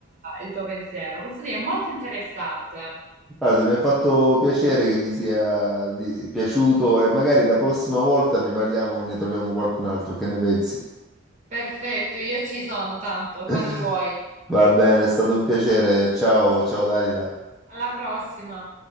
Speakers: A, on the right; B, in the centre.
A: il tuo pensiero. Posso dire, è molto interessante.
B: Guarda, mi ha fatto piacere che ti sia di- piaciuto e magari la prossima volta ne parliamo, ne troviamo qualcun altro. Che ne pensi?
A: Perfetto, io ci sono tanto,
B: <laughs>
A: quando vuoi.
B: Va bene, è stato un piacere. Ciao, ciao Dalila.
A: Alla prossima!